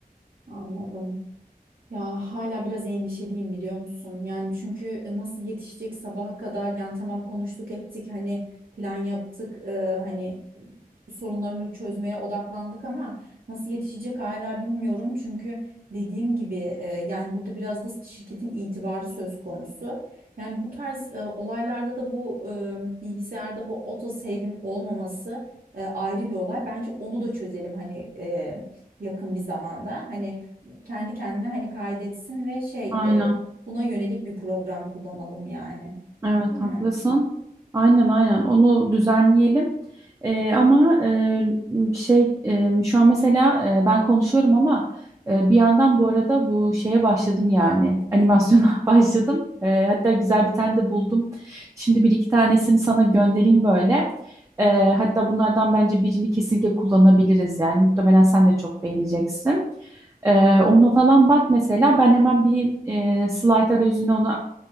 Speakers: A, on the right; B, on the right.
A: Anladım. Ya hala biraz endişeliyim biliyor musun? Yani çünkü e, nasıl yetişecek sabaha kadar yani tamam konuştuk ettik hani plan yaptık e, hani sorunlarını çözmeye odaklandık ama nasıl yetişecek hala bilmiyorum. Çünkü dediğim gibi e, yani burada biraz da şirketin itibarı söz konusu. Yani bu tarz e, olaylarda da bu e, bilgisayarda bu autosave'in olmaması e, ayrı bir olay. Bence onu da çözelim hani e, yakın bir zamanda. Hani kendi kendine hani kaydetsin ve şey
B: Aynen.
A: e, buna yönelik bir program kullanalım yani.
B: Evet
A: Değil
B: haklısın.
A: mi?
B: Aynen aynen onu düzenleyelim. Ee, ama e, şey e, şu an mesela e, ben konuşuyorum ama e, bir yandan bu arada bu şeye başladım yani animasyona <laughs> başladım. E, hatta güzel bir tane de buldum. Şimdi bir iki tanesini sana göndereyim böyle. E, hatta bunlardan bence birini kesinlikle kullanabiliriz yani muhtemelen sen de çok beğeneceksin. E, ona falan bak mesela ben hemen bir e, slide arayüzüne ona